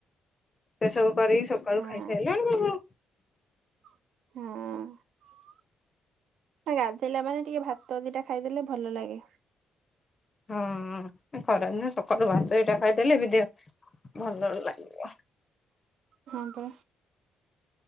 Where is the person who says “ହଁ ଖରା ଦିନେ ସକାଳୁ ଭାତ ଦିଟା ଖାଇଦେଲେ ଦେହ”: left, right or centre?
Left